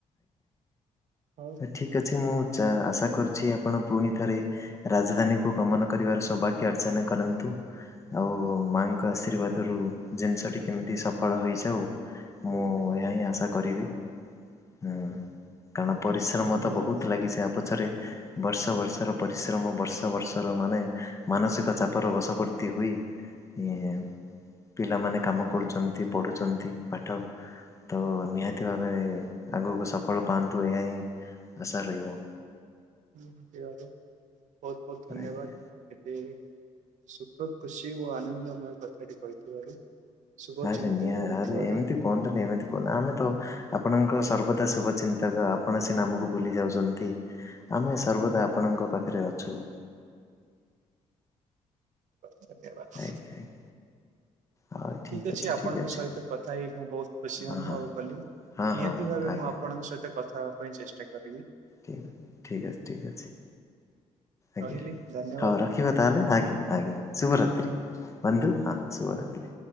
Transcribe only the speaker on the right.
ହଉ
ଠିକ
ଧନ୍ୟବାଦ
ସେ ବହୁତ ବହୁତ ଧନ୍ୟବାଦ।
ସେଇ ସୁଖ ଖୁସି ଓ ଆନନ୍ଦମୟ କଥାଟି କହିଥିବାରୁ ଶୁଭ
ଚିନ୍ତକ
ହେଇଥିବାରୁ
ଧନ୍ୟବାଦ।
ଠିକ ଅଛି ଆପଣଙ୍କ
ସହିତ କଥା ହେଇ ମୁଁ ବହୁତ ଖୁସି
ଅନୁଭବ
କଲି।
ନିହାତି
ଭାବେ
ମୁଁ ଆପଣଙ୍କ ସହିତ କଥା ହେବା ପାଇଁ ଚେଷ୍ଟା କରିି
ରହିଲି? ଧନ୍ୟବାଦ
ନିହାତି
ନିହାତି